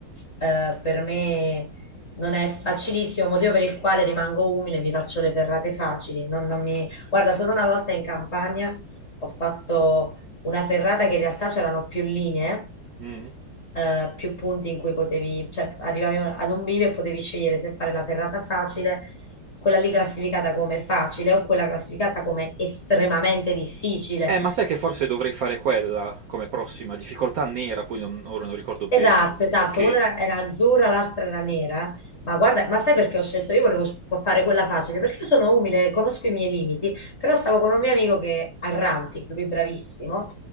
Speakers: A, on the left; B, on the right.
A: eh, per me non è facilissimo, motivo per il quale rimango umile, mi faccio le ferrate facili. non- non mi- Guarda, solo una volta in campagna ho fatto una ferrata che in realtà c'erano più linee
B: Mm.
A: eh, più punti in cui potevi, cioè arrivavi ad un bivio e potevi scegliere se fare la ferrata facile quella lì classificata come facile o quella classificata come estremamente difficile.
B: Eh, ma sai che forse dovrei fare quella come prossima? Difficoltà nera, poi non- ora non ricordo bene.
A: Esatto, esatto,
B: Ok.
A: una era, era azzurra, l'altra era nera, ma guarda, ma sai perché ho scelto? Io volevo s- fare quella facile, perché io sono umile, conosco i miei limiti, però stavo con un mio amico che arrampica, lui bravissimo,